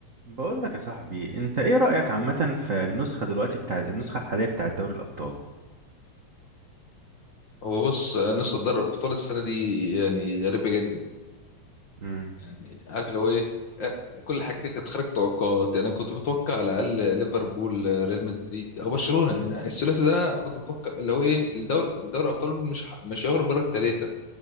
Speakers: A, on the right (about 50°); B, on the left (about 55°).
A: بقول لك يا صاحبي انت ايه رأيك عامة في النسخة دلوقتي بتاعت النسخة الحالية بتاعت دوري الأبطال
B: هو بص نسخة دوري الأبطال السنة دي يعني غريبة جدا
A: امم
B: يعني عارف اللي هو إيه آه، كل حاجة كانت خارج توقعات يعني أنا كنت متوقع على الأقل ليفربول آه، ريال مدريد أو برشلونة يعني الثلاثي ده كنت متوقع اللي هو إيه الدوري دوري الأبطال مش ح- مش هيخرج بره التلاتة